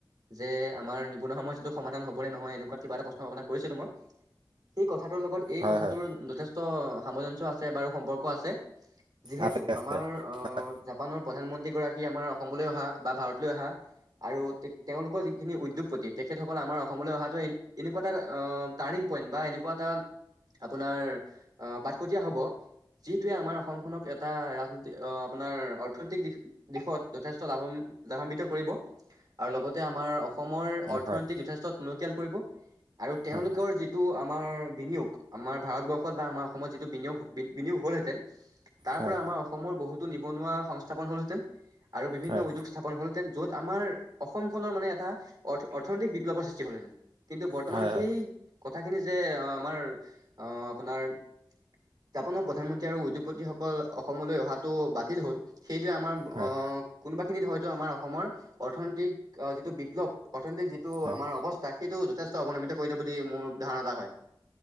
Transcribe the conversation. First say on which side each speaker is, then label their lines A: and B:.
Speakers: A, on the right; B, on the right.
A: যে, আমাৰ নিবনুৱা সমস্যাটো সমাধান হ'ব নে নহয় এনেকুৱা কিবা এটা প্ৰশ্ন আপোনাক কৰিছিলো মই। সেই কথাটোৰ লগত এই
B: হয়
A: কথাটোৰ
B: হয়
A: যথেষ্ট সামঞ্জস্য আছে বাৰু সম্পৰ্ক আছে। যিহেতু,
B: আছে আছে
A: আমাৰ অ',
B: হয়
A: জা পানৰ প্ৰধানমন্ত্ৰীগৰাকী আমাৰ অসমলৈ অহা, বা ভাৰতলৈ অহা আৰু তে-তেওঁলোকৰ যি যিখিনি উদ্যোগপতি, তেখেতসকল আমাৰ অসমলৈ অহাটো এনে, এনেকুৱা এটা অ', টাৰণিং পইণ্ট বা এনেকুৱা এটা আপোনাৰ, বাটকটীয়া হ'ব। যিটোৱে আমাৰ অসমখনক এটা ৰাজনীতি অ', আপোনাৰ অৰ্থনৈতিক দিশ দিশত যথেষ্ট লাভম লাভান্বিত কৰিব আৰু লগতে আমাৰ অসমৰ অৰ্থনৈতিক
B: হয়
A: যথেষ্ট টনকিয়াল কৰিব, আৰু তেওঁলোকৰ
B: হয়
A: যিটো আমাৰ বিনিয়োগ আমাৰ ভাৰতবৰ্ষত বা আমাৰ অসমত যিটো বিনিয়োগ বি বিনিয়োগ হলহেঁতেন তাৰ
B: হয়
A: পৰা আমাৰ অসমৰ বহুতো নিবনুৱা সংস্থাপন হ'লহেঁতেন, আৰু বিভিন্ন
B: হয় হয়
A: উদ্যোগ স্থাপন হ'ল হেঁতেন, য'ত আমাৰ অসমখনৰ মানে এটা অৰ্থ অৰ্থনৈতিক বিপ্লৱৰ সৃষ্টি হলহেঁতেন। কিন্তু বৰ্তমান
B: হয়
A: সেই কথাখিনি যে, আমাৰ অ', আপোনাৰ জাপানৰ প্ৰধানমন্ত্ৰী আৰু উদ্যোগপতিসকল অসমলৈ অহাটো বাতিল হ'ল। সেইটোৱে আমাৰ
B: হয়
A: অ',
B: হয়
A: কোনোবাখিনিত হয়তো আমাৰ অসমৰ অৰ্থনৈতিক যিটো বিপ্লৱ অৰ্থনৈতিক যিটো
B: হয়
A: আমাৰ অৱস্থা সেইটো যথেষ্ট অৱনমিত কৰিলে বুলি মোৰ ধাৰণা এটা হয়।